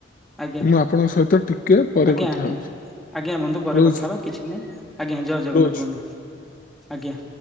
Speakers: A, in the centre; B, on the left (about 40°).
A: ଆଜ୍ଞା
B: ମୁଁ ଆପଣଙ୍କ ସହିତ ଟିକେ ପରେ
A: ଆଜ୍ଞା
B: କଥା
A: ଆଜ୍ଞା
B: ହଉଛି।
A: ଆଜ୍ଞା ବନ୍ଧୁ ପରେ
B: ରହୁଛି
A: କଥା ହେବା କିଛି ନାହିଁ ଆଜ୍ଞା ଜୟ ଜଗନ୍ନାଥ
B: ରହୁଛି।
A: ବନ୍ଧୁ ଆଜ୍ଞା।